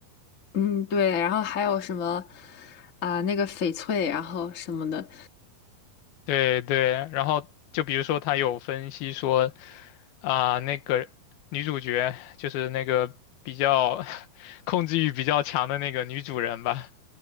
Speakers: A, on the left (about 30°); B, on the left (about 80°).
A: 嗯，对。然后还有什么啊、那个翡翠，然后什么的。
B: 对对，然后就比如说他有分析说啊、那个女主角就是那个比较 <laughs> 控制欲比较强的那个女主人吧，